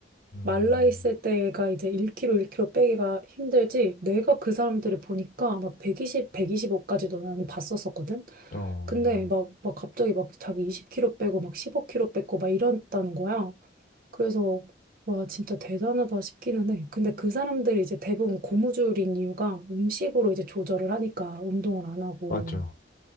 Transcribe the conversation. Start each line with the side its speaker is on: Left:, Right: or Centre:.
Left: 음,
Right: 말라 있을 때가 이제 1kg, 1kg 빼기가 힘들지. 내가 그 사람들을 보니까 막 120, 125까지도 나는 봤었었거든.
Left: 어,
Right: 근데 막, 막 갑자기 막 자기 20kg 빼고 막 15kg 뺐고 막 이랬다는 거야. 그래서 와 진짜 대단하다 싶기는 해. 근데 그 사람들이 이제 대부분 고무줄인 이유가 음식으로 이제 조절을 하니까 운동을 안 하고.
Left: 맞죠.